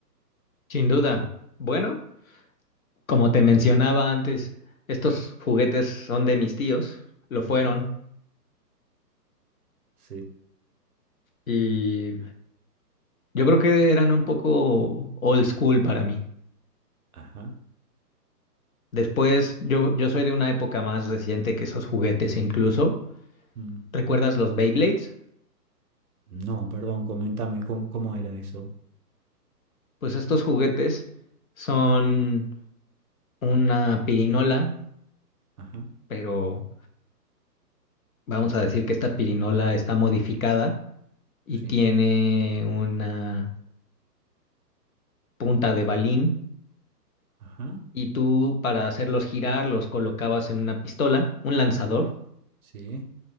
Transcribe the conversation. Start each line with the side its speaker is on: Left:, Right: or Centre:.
Left: sin duda. Bueno, como te mencionaba antes, estos juguetes son de mis tíos, lo fueron,
Right: Ujú. Sí,
Left: y yo creo que eran un poco old school para mí.
Right: ajá.
Left: Después, yo, yo soy de una época más reciente que esos juguetes incluso.
Right: Mm.
Left: ¿Recuerdas los Beyblades?
Right: No, perdón, comentame cómo, cómo era eso.
Left: Pues estos juguetes son una pirinola,
Right: Ajá,
Left: pero vamos a decir que esta pirinola está modificada y
Right: sí,
Left: tiene una punta de balín
Right: ajá,
Left: y tú para hacerlos girar los colocabas en una pistola, un lanzador,
Right: sí.